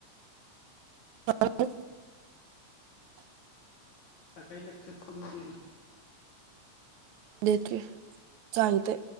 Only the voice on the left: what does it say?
सकाळी लक्षात करून दे ना